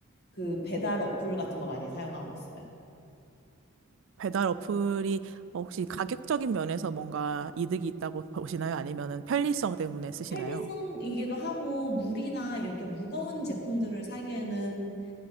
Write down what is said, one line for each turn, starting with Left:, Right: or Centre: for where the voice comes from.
Left: 그 배달 어플 같은 거 많이 사용하고 있어요.
Right: 배달 어플이 어, 혹시 가격적인 면에서 뭔가 이득이 있다고 <laughs> 보시나요? 아니면은 편리성 때문에 쓰시나요?
Left: 편리성이기도 하고 물이나 이렇게 무거운 제품들을 사기에는